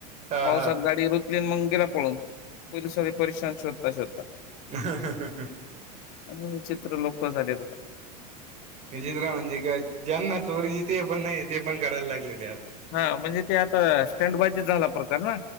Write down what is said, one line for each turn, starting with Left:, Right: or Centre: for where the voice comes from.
Right: हा
Left: पावसात
Right: हा
Left: गाडी रुत- -ली मग गेला पळून. पोलिसवाले परेशान शोधता शोधता.
Right: <unintelligible>
Left: आणि विचित्र लोक झालेत.
Right: विचित्र म्हणजे काय ज्यांना चोरीची ते पण नाही ते पण करायला लागलेले आता.
Left: हा म्हणजे ते आता स्टँड बाजी झाला प्रकार ना